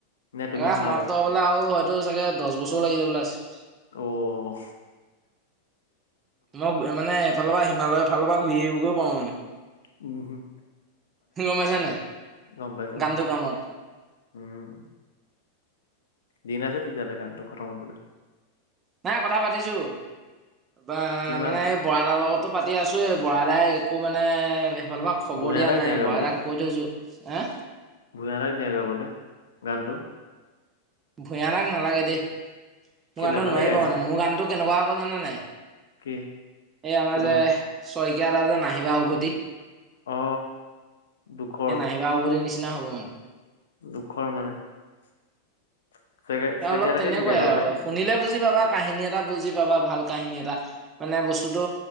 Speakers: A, on the left; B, on the right.
A: নে তুমি
B: একেবাৰে,
A: শুনাবা
B: সমাপ্ত হ'বলে আৰু হয়তো চাগে দহ বছৰো লাগি যাবলৈ আছে।
A: অও।
B: মই মানে এইফালৰ পৰা হিমালয় ফালৰ পৰা ঘূৰি আহিবগৈ পাৰোঁ মানে।
A: উম হুম।
B: তুমি গম পাইছা নাই
A: গম পাইছো
B: গানটো
A: গম পাইছো
B: কামত
A: উম। দিন আছে তেতিয়াহ'লে কামটো খতম হবলৈ।
B: নাই কথা পাতিছো বা
A: কিমান
B: মানে বড়া দাৰ লগতো পাতি আছোৱেই, বড়া দাই একো মানে সেইফালৰ পৰা খবৰ
A: ভূঞা
B: দিয়া
A: দাক
B: নাই
A: গাবলে
B: বড়া দাক কৈ থৈছো। হে?
A: ভূঞা দাক দিয়া গাবলৈ, গানটো।
B: ভূঞা দাক নালাগে দেই,
A: কেলে
B: মোৰ গানটো
A: ভালে
B: নোৱাৰিব
A: গাইচোন
B: মানে মোৰ গানটো কেনেকুৱা হ'ব জানা নাই?
A: কি
B: এ আমাৰ
A: কেনেকুৱা
B: যে, শইকীয়া দা যে নাহিবা উভতি।
A: অ দুখৰ
B: এ নাহিবা উভতিৰ নিচিনা হ'ব মানে।
A: দুখৰ মানে, শইকীয়া
B: এ
A: শইকীয়া
B: অলপ
A: দা
B: তেনেকুৱাই
A: কে দি দিয়া গাবলে।
B: আৰু শুনিলে বুজি পাবা কাহিনী এটা বুজি পাবা ভাল কাহিনী এটা মানে বস্তুটো